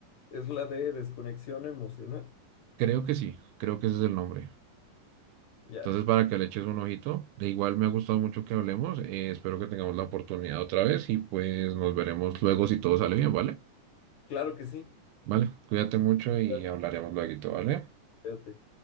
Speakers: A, on the left; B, on the right.
A: Es la de desconexión emocional.
B: Creo que sí, creo que ese es el nombre.
A: Ya.
B: Entonces para que le eches un ojito, de igual me ha gustado mucho que hablemos, eh, espero que tengamos la oportunidad otra vez y pues nos veremos luego si todo sale bien, ¿vale?
A: Claro que sí.
B: Vale, cuídate mucho y
A: Claro,
B: hablaremos luego, ¿vale?
A: fíjate.